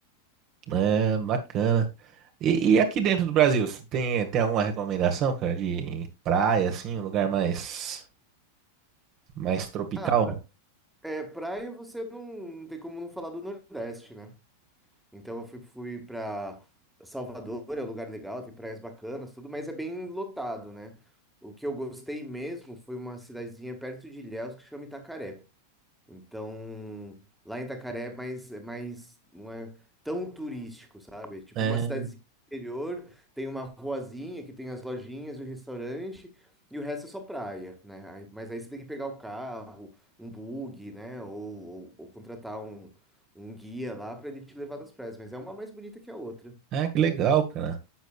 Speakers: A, on the right; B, in the centre.
A: é, bacana. E, e aqui dentro do Brasil, você tem, tem alguma recomendação, cara, de praia, assim, um lugar mais, mais tropical?
B: Ah, é, praia você não, não tem como não falar do Nordeste, né? Então eu fui, fui pra Salvador, é um lugar legal, tem praias bacanas, tudo, mas é bem lotado, né? O que eu gostei mesmo foi uma cidadezinha perto de Ilhéus que chama Itacaré. Então, lá em Itacaré é mais, é mais, não é tão turístico, sabe? É Tipo
A: É,
B: uma cidadezinha interior, tem uma ruazinha que tem as lojinhas e o restaurante, e o resto é só praia, né? Aí- Mas aí você tem que pegar o carro, um bug, né? Ou, ou, ou contratar um, um guia lá para ele te levar nas praias. Mas é uma mais bonita que a outra.
A: ah, que legal, cara.